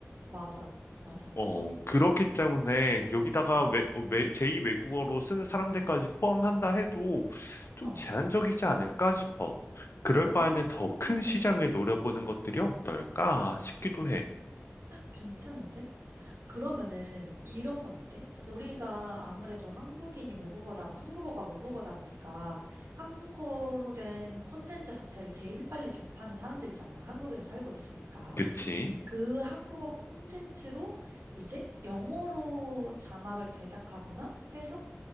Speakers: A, on the right; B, on the left.
A: 맞아, 맞아.
B: 어, 그렇기 때문에 여기다가
A: 음,
B: 외, 외, 제2 외국어로 쓰는 사람들까지 포함한다 해도 좀
A: 어.
B: 제한적이지 않을까 싶어. 그럴
A: 오,
B: 바에는 더 큰 시장을 노려보는 것들이 어떨까 싶기도 해.
A: 괜찮은데? 그러면은 이런 건 어때? 자, 우리가 아무래도 한국인이 모국어다, 한국어가 모국어다 보니까 한국어로 된 콘텐츠 자체를 제일 빨리 접하는 사람들이잖아. 한국에서 살고 있으니까.
B: 그치?
A: 그 한국어 콘텐츠로 이제 영어로 자막을 제작하거나 해서